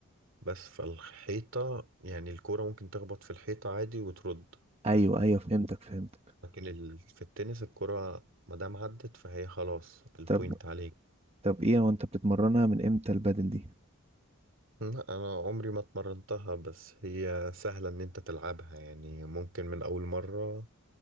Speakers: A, on the right (about 60°); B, on the right (about 25°).
A: بس فالحيطة يعني الكرة ممكن تخبط في الحيطة عادي وترد
B: ايوه ايوه فهمتك فهمتك
A: لكن ال... في التنس الكرة مادام عدت فهي خلاص البوينت
B: طب
A: عليك
B: طب ايه هو انت بتتمرنها من امتى البدل دي
A: لا انا عمري ما اتمرنتها بس هي سهلة ان انت تلعبها يعني ممكن من اول مرة